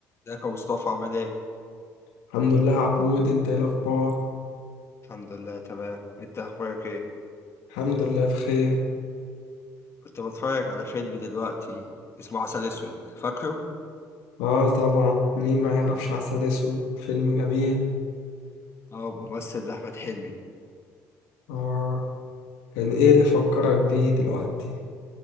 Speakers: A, on the left; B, on the left.
A: ازيك يا مصطفى عامل ايه؟
B: الحمد لله عبود انت ايه الاخبار
A: الحمد لله تمام انت اخبارك ايه؟
B: الحمد لله بخير
A: كنت بتفرج على فيلم دلوقتي اسمه عسل اسود فاكره؟
B: اه طبعا مين ما يعرفش عسل اسود فيلم جميل
A: اه ممثل لأحمد حلمي
B: اه كان ايه اللي فكرك بيه دلوقتي